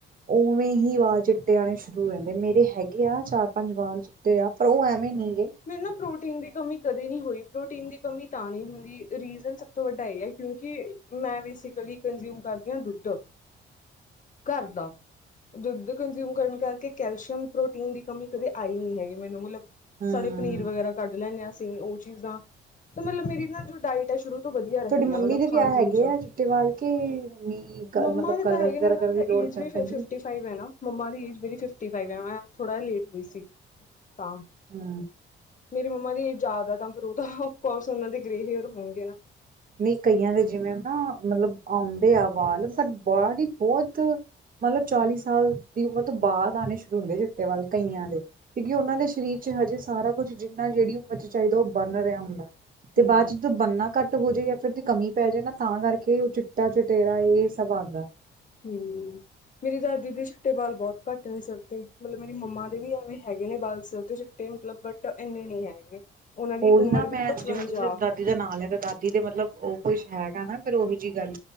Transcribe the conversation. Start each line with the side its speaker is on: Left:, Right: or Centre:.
Right: ਉਵੇਂ ਹੀ ਆਵਾਜ਼ ਚਿੱਟੇ ਆਉਣੇ ਸ਼ੁਰੂ ਹੋ ਜਾਂਦੇ ਮੇਰੇ ਹੈਗੇ ਆ ਚਾਰ -ਪੰਜ ਵਾਲ ਚਿੱਟੇ। ਦੇ ਆ ਪਰ ਉਹ ਐਵੇਂ ਨਹੀਂ ਗਏ।
Left: ਮੇਰੇ ਨਾ ਪ੍ਰੋਟੀਨ ਦੀ ਕਮੀ ਕਦੇ ਨਹੀਂ ਹੋਈ ਪ੍ਰੋਟੀਨ ਦੀ। ਕਮੀ ਤਾਂ ਨਹੀਂ ਹੁੰਦੀ, ਰੀਜ਼ਨ ਸਭ ਤੋਂ ਵੱਡਾ ਇਹ ਹੈ ਕਿਉਂਕਿ, ਮੈਂ ਬੇਸਿਕਲੀ ਕੰਜ਼ਿਊਮ ਕਰਦੀ ਹਾਂ ਦੁੱਧ। ਘਰ ਦਾ। ਦੁੱਧ ਕੰਜ਼ਿਊਮ ਕਰਨ ਕਰਕੇ ਕੈਲਸ਼ੀਅਮ, ਪ੍ਰੋਟੀਨ ਦੀ ਕਮੀ ਕਦੇ ਆਈ ਨਹੀਂ ਹੈਗੀ ਮੈਨੂੰ ਮਤਲਬ।
Right: ਹੂੰ।
Left: ਸਾਡੇ ਪਨੀਰ ਵਗੈਰਾ ਕੱਢ ਲੈਂਦੇ ਹਾਂ ਅਸੀਂ ਉਹ ਚੀਜ਼ਾਂ ਤੇ, ਮਤਲਬ ਮੇਰੀ ਨਾ ਜੋ ਡਾਇਟ ਹੈ ਸ਼ੁਰੂ ਵਧੀਆ ਰਹੀ
Right: ਤੁਹਾਡੀ ਮੰਮੀ
Left: ਹੈ ਮਤਲਬ
Right: ਦੇ
Left: ਖਾਣ-
Right: ਵਿਆਹ
Left: ਪੀਣ
Right: ਹੈਗੇ
Left: ਚ'।
Right: ਆ ਚਿੱਟੇ ਵਾਲ ਕੇ ਮੰਮੀ ਕ
Left: ਮੰਮਾ
Right: ਮਤਲਬ
Left: ਦੇ
Right: ਕਲਰ
Left: ਤਾਂ ਹੈਗੇ
Right: ਵਗੈਰਾ
Left: ਨੇ ਉਹਨਾਂ
Right: ਕਰਨ
Left: ਦੀ ਤਾਂ
Right: ਲੋੜ
Left: ਏਜ
Right: ਕਰ
Left: ਵੀ ਫ
Right: ਪੈਂਦੀ
Left: ਫਿਫਟੀ ਫਾਈਵ ਹੈ ਨਾ, ਮੰਮਾ ਦੀ ਏਜ ਮੇਰੀ ਫਿਫਟੀ ਫਾਈਵ ਹੈ ਮੈ ਥੋੜਾ ਲੇਟ ਹੋਈ ਸੀ ਤਾਂ।
Right: ਹੂ
Left: ਮੇਰੀ ਮੰਮਾ ਦੀ ਯਾਦ ਆ ਤਾਂ ਵਿਰੋਧ ਅਫਕਰਸ ਉਹਨਾਂ ਦੇ ਗ੍ਰੇਹੇਰ ਹੋਣਗੇ ਨਾ।
Right: ਨਹੀਂ ਕਈਆਂ ਦੇ ਜਿਵੇਂ ਨਾ ਮਤਲਬ ਆਉਂਦੇ ਆ ਵਾਲ ਪਰ ਬੀ ਬਹੁਤ ਮਤਲਬ ਚਾਲੀ ਸਾਲ ਦੀ ਉਮਰ ਤੋਂ ਬਾਅਦ ਆਉਣੇ ਸ਼ੁਰੂ ਹੁੰਦੇ ਚਿੱਟੇ ਵੱਲ ਕਈਆਂ ਦੇ। ਕਿਉਂਕਿ ਉਹਨਾਂ ਦੇ ਸਰੀਰ ਚ' ਹਜੇ ਸਾਰਾ ਕੁਝ ਜਿੰਨਾ ਜਿਹੜੀ ਉਮਰ ਚ' ਚਾਹੀਦਾ ਉਹ ਬਣ ਰਿਹਾ ਹੁੰਦਾ।
Left: ਹਮ
Right: ਤੇ ਬਾਅਦ ਚ' ਜਦੋਂ ਬੰਨਾ ਘੱਟ। ਟ ਹੋ ਜੇ ਜਾਂ ਫਿਰਦੀ ਕਮੀ ਪੈ ਜਾਏ ਨਾ ਤਾਂ ਕਰਕੇ ਉਹ ਚਿੱਟਾ ਚੁਟੇਰਾ ਇਹ ਸਭ ਆਉਂਦਾ।
Left: ਹੂ ਮੇਰੀ ਦਾਦੀ ਦੇ ਚਿੱਟੇ ਬਾਲ ਬਹੁਤ ਘੱਟ ਨੇ ਸਿਰ ਤੇ, ਮਤਲਬ ਮੇਰੀ ਮੰਮਾ ਦੇ ਵੀ ਐਵੇਂ ਹੈਗੇ ਨੇ ਬਾਲ ਸਿਰ ਤੇ। ਮਤਲਬ ਬਟ ਇੰਨੇ ਨਹੀਂ ਹੈਗੇ ਉਹਨਾਂ ਦੀ
Right: ਉਹੀ
Left: ਉਮਰ
Right: ਨਾ
Left: ਵੀ
Right: ਮੈਂ
Left: ਪਚਵੰਜਾ।
Right: ਜਿਵੇਂ ਤੁਸੀਂ ਦਾਦੀ ਦਾ ਨਾਲਿਆ ਤਾਂ ਦਾਦੀ ਦੇ ਮਤਲਬ ਉਹ ਕੁਛ ਹੈਗਾ ਨਾ ਫਿਰ ਉਹੋ ਜਿਹੀ ਗੱਲ